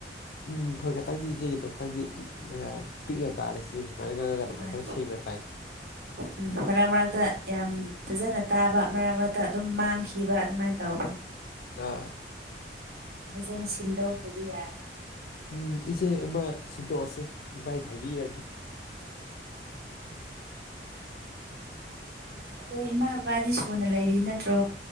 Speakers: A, on the left (about 60°); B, on the right (about 60°).
A: ꯎꯝ ꯍꯣꯏ ꯈꯈꯤꯇꯪꯗꯤ ꯏꯆꯦꯒꯗꯣꯝꯇꯪꯗꯤ ꯄꯤꯛꯅ ꯇꯥꯔꯦ ꯁꯤꯦ ꯃꯥ ꯒꯔꯗ
B: ꯍꯣꯏ
A: ꯈꯦ ꯁꯦꯡꯕ ꯇꯥꯏ
B: ꯎꯝ ꯃꯔꯛ ꯃꯔꯛꯇ ꯌꯥꯝ ꯐꯖꯅ ꯇꯥꯕ ꯃꯔꯛ ꯃꯔꯛꯇ ꯑꯗꯨꯝ ꯃꯥꯡꯈꯤꯕ ꯑꯗꯨꯃꯥꯏꯅ ꯇꯧꯕꯅꯤ
A: ꯑꯥ
B: ꯖꯅ ꯁꯤꯟꯗꯣ ꯆꯗꯤ ꯌꯥ
A: ꯎꯝ ꯏꯆꯦ ꯑꯃ ꯁꯤꯟꯗꯣꯛꯑꯁꯤ ꯏꯚꯥꯏꯗ ꯍꯥꯏꯕꯤꯔꯒꯦ
B: ꯑꯗꯣ ꯏꯃꯥ ꯕꯕꯥꯗꯤ ꯁꯨꯅ ꯂꯩꯔꯤ ꯅꯠꯇ꯭ꯔꯣ